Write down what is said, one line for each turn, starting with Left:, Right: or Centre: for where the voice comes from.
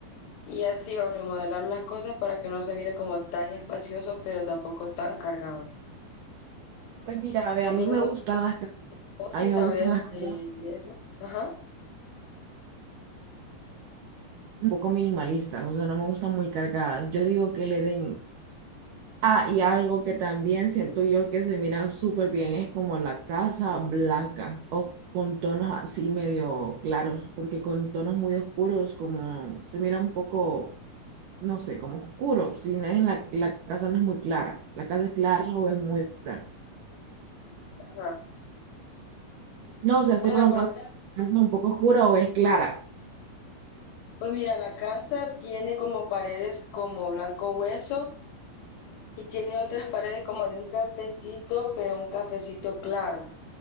Left: Y así o remodelar las cosas para que no se mire como tan espacioso, pero tampoco tan cargado.
Right: Pues mira, ve, a
Left: Entonces,
Right: mí me
Left: no
Right: gustan
Left: sé
Right: las, ca-
Left: vos
Right: a
Left: si
Right: mí
Left: sabes
Right: me gustan las
Left: de,
Right: cosas
Left: de eso. Ajá.
Right: un poco minimalistas, o sea, no me gustan muy cargadas. Yo digo que le den Ah, y algo que también siento yo que se mira súper bien es como la casa blanca o con tonos así medio claros, porque con tonos muy oscuros como se mira un poco, no sé, como oscuro, si no es la, la casa no es muy clara, la casa es clara o es muy oscura.
Left: Ajá.
Right: No, o sea,
Left: Bueno,
Right: estoy preguntando,
Left: la color
Right: ¿la casa es un poco oscura o es clara?
Left: Pues mira, la casa tiene como paredes como blanco hueso y tiene otras paredes como de un cafecito, pero un cafecito claro,